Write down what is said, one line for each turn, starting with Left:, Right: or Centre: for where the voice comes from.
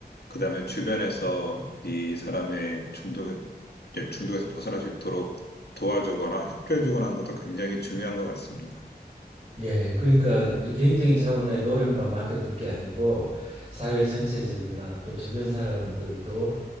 Left: 그다음에 주변에서 이 사람의 중독 이제 중독에서 벗어날 수 있도록 도와주거나 협조해주거나 하는 것도 굉장히 중요한 것 같습니다.
Right: 예, 그러니까 이제 개인적인 차원의 노력만 맡겨둘 게 아니고 사회 전체적으로나 또 주변 사람들도